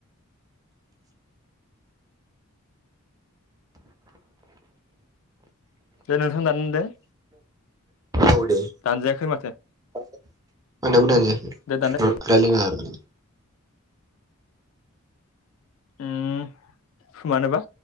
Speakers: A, on the left; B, on the right.
A: दे नोंथां दाननो दे
B: औ दे
A: दानजायाखै माथो
B: थाबायना थायाखै
A: दे दानो
B: <unintelligible>
A: ओम मानोबा